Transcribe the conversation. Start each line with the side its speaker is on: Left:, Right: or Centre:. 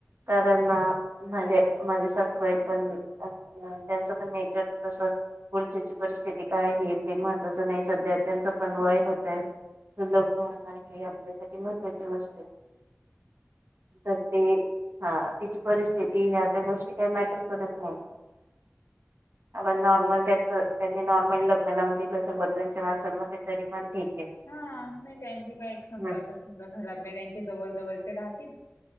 Right: कारण म्हणजे माझी सासूबाई पण त्यांचं पण नेचर तस पुढचीची परिस्थिती काय आहे ते महत्वाचं नाही सध्या त्यांच पण वय होतय. सुलभ होण हे आपल्यासाठी महत्वाची गोष्ट आहे. तर ते हा तिची परिस्थिती ह त्या गोष्टी काही मॅटर करत नाही आपण नॉर्मल त्याच त्यांनी नॉर्मल लग्न लावून दिलं शंभर दोनशे माणसांमध्ये तरी पण ठीक. आहे.
Left: हा नाही त्यांचे काय एक समजा
Right: हं.
Left: आ समजा घरातले त्यांचे जवळ जवळचे राहतील.